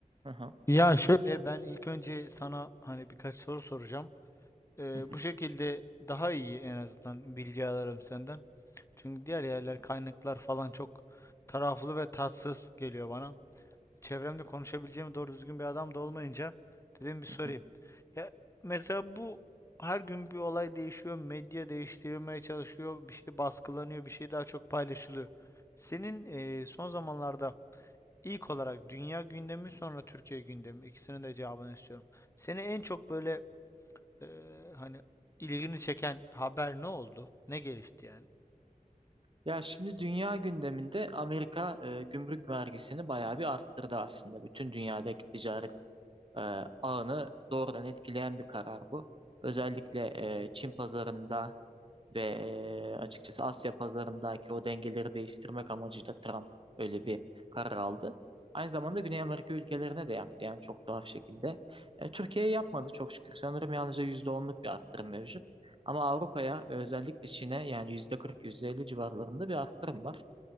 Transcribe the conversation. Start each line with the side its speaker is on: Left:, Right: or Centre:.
Right: Hı
Left: Ya şöyle ben ilk önce sana hani birkaç soru soracağım. Ee,
Right: hı.
Left: bu şekilde daha iyi en azından bilgi alırım senden. Çünkü diğer yerler kaynaklar falan çok taraflı ve tatsız geliyor bana. çevremde konuşabileceğim doğru düzgün bir adam da olmayınca dedim bir sorayım.
Right: <laughs>
Left: Ya mesela bu her gün bir olay değişiyor, medya değiştirilmeye çalışıyor, bir şey baskılanıyor, bir şey daha çok paylaşılıyor. Senin eee, son zamanlarda ilk olarak dünya gündemi sonra Türkiye gündemi ikisinin de cevabını istiyorum. Seni en çok böyle eee, hani ilgini çeken haber ne oldu? Ne gelişti yani?
Right: Ya şimdi dünya gündeminde Amerika e, gümrük vergisini bayağı bir arttırdı aslında. Bütün dünyadaki ticaret e, ağını doğrudan etkileyen bir karar bu. Özellikle e, Çin pazarında ve e, açıkçası Asya pazarındaki o dengeleri değiştirmek amacıyla Trump öyle bir karar aldı. Aynı zamanda Güney Amerika ülkelerine de yaptı yani çok tuhaf şekilde. E, Türkiye'ye yapmadı çok şükür. Sanırım yalnızca yüzde onluk bir arttırım mevcut. Ama Avrupa'ya özellikle Çin'e yani yüzde kırk yüzde elli civarlarında bir arttırım var.